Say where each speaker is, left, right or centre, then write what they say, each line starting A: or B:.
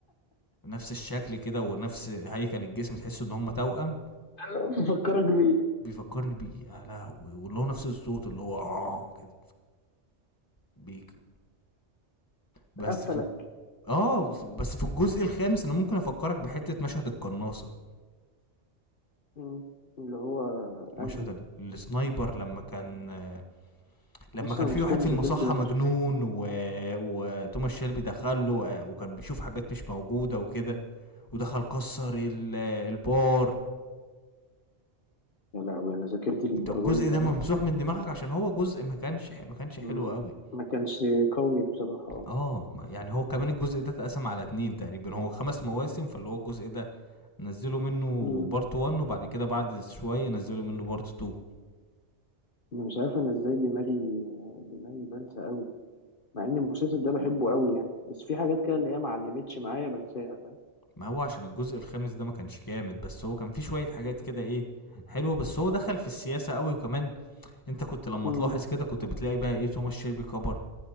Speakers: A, on the left; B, on the left.
A: نفس الشكل كده ونفس هيكل الجسم تحس ان هم توأم
B: أنا بفكرك <laughs> بيه
A: فبيفكرني بيه يا لهوي واللي هو نفس الصوت اللي هو اه كده فبيك بس
B: قفلك
A: في اه ف- بس في الجزء الخامس انا ممكن افكرك بحته مشهد القناصه
B: مم. اللي هو
A: مشهد
B: انهي
A: ال- السنايبر لما كان آه، لما
B: لسه
A: كان
B: المشكله
A: في واحد
B: ان
A: في
B: ذاكرتي
A: المصحه
B: وحشه
A: مجنون و... وتوماس شيلبي دخل له آه، وكان بيشوف حاجات مش موجوده وكده ودخل كسر ال- آه، البار
B: يا لهوي انا ذاكرتي للدرجه
A: انت الجزء
B: دي ضايعه
A: ده ممسوح من دماغك عشان هو جزء ما كانش ح- ما كانش حلو
B: مم.
A: قوي
B: ما كانش قوي بصراحه اه
A: اه ما- يعني هو كمان الجزء ده اتقسم على اتنين تقريبا هو خمس مواسم فاللي هو الجزء ده نزلوا منه
B: مم.
A: بارت 1 وبعد كده بعد شوية نزلوا منه بارت 2
B: انا مش عارف انا ازاي دماغي دماغي بنسى قوي مع ان المسلسل ده بحبه قوي يعني بس في حاجات كده اللي هي ما علمتش معايا بنساها
A: ما هو عشان الجزء الخامس ده ما كانش جامد بس هو كان فيه شوية حاجات كده ايه حلوة بس هو دخل في السياسة قوي وكمان انت كنت لما
B: فاهم
A: تلاحظ كده كنت بتلاقي بقى ايه توماس شيلبي كبر